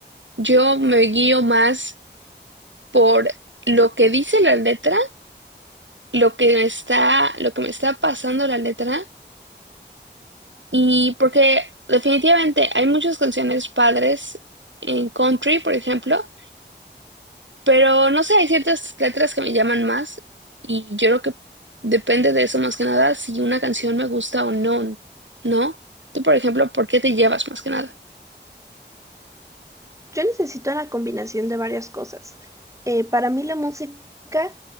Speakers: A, on the right; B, on the right.
A: yo me guío más por lo que dice la letra, lo que me está, lo que me está pasando la letra, y porque definitivamente hay muchas canciones padres en country, por ejemplo Pero no sé, hay ciertas letras que me llaman más y yo creo que depende de eso más que nada si una canción me gusta o no, ¿no? Tú, por ejemplo, ¿por qué te llevas más que nada?
B: Yo necesito una combinación de varias cosas. Eh, para mí la música